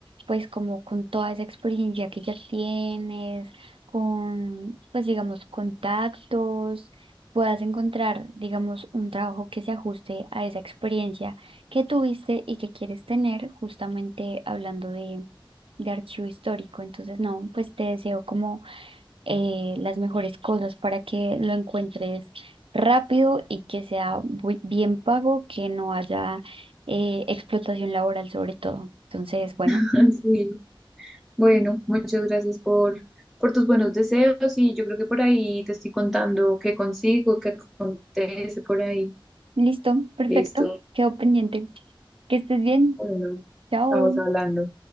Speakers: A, on the right; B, in the centre.
A: pues como con toda esa experiencia que ya tienes, con, pues digamos, contactos, puedas encontrar, digamos, un trabajo que se ajuste a esa experiencia que tuviste y que quieres tener, justamente hablando de, de archivo histórico. Entonces, no, pues te deseo como eh, las mejores cosas para que lo encuentres rápido y que sea bu- bien pago, que no haya eh, explotación laboral sobre todo. Entonces, bueno,
B: <laughs> Sí. Bueno, muchas gracias por, por tus buenos deseos y yo creo que por ahí te estoy contando qué consigo, qué acontece por ahí.
A: listo, perfecto,
B: Listo.
A: quedó pendiente. Que estés bien,
B: Bueno,
A: chao.
B: estamos hablando.